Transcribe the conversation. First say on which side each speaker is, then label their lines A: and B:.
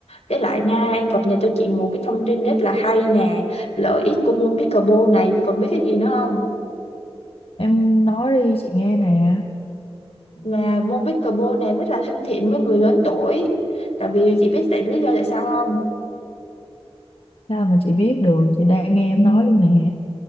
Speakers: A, on the left; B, on the left.
A: Với lại nha, em cập nhật cho chị một cái thông tin rất là hay nè. Lợi ích của môn pickleball này chị còn biết cái gì nữa không?
B: Em nói đi chị nghe nè
A: Và môn pickleball này rất là thân thiện với người lớn tuổi. Tại vì chị biết tại lý do tại sao không?
B: Sao mà chị biết được Chị đang nghe em nói luôn nè